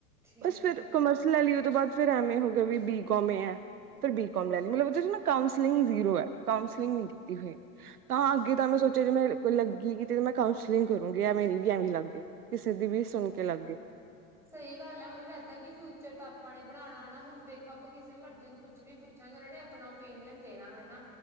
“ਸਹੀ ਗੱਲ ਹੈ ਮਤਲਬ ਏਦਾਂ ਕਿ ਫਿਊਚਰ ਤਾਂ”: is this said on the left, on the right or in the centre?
Centre